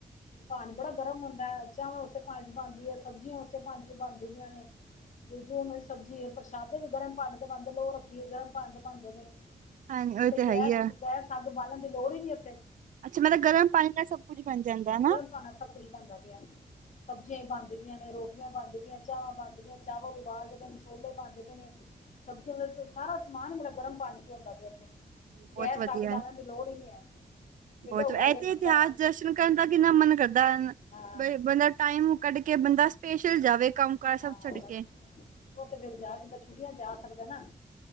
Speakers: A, on the left; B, on the right.
A: ਪਾਣੀ ਬੜਾ ਗਰਮ ਹੁੰਦਾ ਚਾਵਾਂ ਉਸੇ ਪਾਣੀ ਚ ਬਣਦੀ ਐ ਸਬਜ਼ੀਆਂ ਉਸੇ ਪਾਣੀ ਚ ਬਣਦੀਆਂ ਨੇ। ਜੋ ਸਬਜ਼ੀ ਪ੍ਰਸ਼ਾਦੇ ਵੀ ਗਰਮ ਪਾਣੀ ਤੇ ਪਾਂਦੇ ਲੋ ਰੱਖੀਏ ਗਰਮ ਪਾਣੀ ਤੇ ਪਾਂਦੇ ਨੇ
B: ਹਾਂਜੀ ਉਹ
A: ਤੇ ਗੈਸ
B: ਹੈ ਹੀ ਆ
A: ਗੈਸ ਅੱਗ ਬਾਲਣ ਦੀ ਲੋੜ ਹੀ ਨੀ ਉੱਥੇ।
B: ਅੱਛਾ ਮਤਲਬ ਗਰਮ ਪਾਣੀ ਨਾਲ ਸਭ ਕੁੱਝ ਬਣ ਜਾਂਦਾ ਹਨਾ।
A: ਪਾਵਾ ਸਭ ਕੁੱਛ ਬਣਦਾ ਪਿਆ। ਸਬਜ਼ੀਆਂ ਬਣਦੀ ਪਿਆਂ ਨੇ, ਰੋਟੀਆਂ ਬਣਦੀ ਪਿਆਂ ਨੇ, ਚਾਵਾਂ ਬਣਦੀਆਂ, ਚਾਵਲ ਉਬਾਲਦੇ ਪੈਣੇ, ਛੋਲੇ ਬਣਦੇ ਪਏ ਨੇ- ਸਬਜ਼ੀਆਂ ਮਤਲਬ ਸਾਰਾ ਸਮਾਨ ਮਤਲਬ ਗਰਮ ਪਾਣੀ ਚ ਹੁੰਦਾ ਪਿਆ ਉੱਥੇ।
B: ਬਹੁਤ
A: ਗੈਸ
B: ਵਧੀਆ
A: ਅੱਗ ਬਾਲਣ ਦੀ ਲੋੜ ਈ ਨੀ ਹੈ। ਏਡਾ
B: ਬਹੁਤ
A: ਉਬਾਲੇ
B: ਇੱਥੇ
A: ਖਾਂਦਾ
B: ਇਤਿਹਾਸ
A: ਪਾਣੀ
B: ਦਰਸ਼ਨ ਕਰਨ ਦਾ ਕਿੰਨਾ ਮਨ ਕਰਦਾ ਅਨ
A: ਹਾਂ
B: ਵਰਨਾ ਬੰਦਾ ਟਾਈਮ ਕੱਢ ਕੇ ਬੰਦਾ ਸਪੇਸ਼ਲ ਜਾਵੇ ਕੰਮ ਕਾਰ
A: ਹਾਂ
B: ਸਭ
A: ਹਾਂ
B: ਛੱਡ
A: ਬਸ।
B: ਕੇ
A: ਉਹ ਤੇ ਫੇਰ ਜਾ ਬੰਦਾ ਛੁੱਟੀਆਂ ਜਾ ਸਕਦਾ ਨਾ